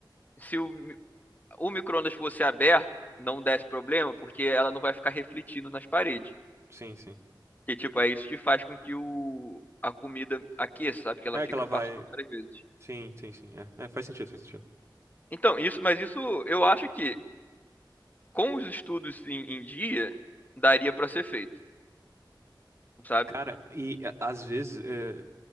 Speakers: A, on the left (about 20°); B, on the right (about 35°).
A: se o, mi- o micro-ondas fosse aberto, não desse problema, porque ela não vai ficar refletindo nas paredes.
B: Sim, sim.
A: Que, tipo, é isso que faz com que o, a comida aqueça, sabe? Que ela
B: É
A: fica
B: que ela
A: passando
B: vai.
A: várias vezes.
B: Sim, sim, sim. É, É, faz sentido, faz sentido.
A: Então, isso, mas isso eu acho que com os estudos em, em dia, daria para ser feito, sabe?
B: Cara, e a- às vezes é,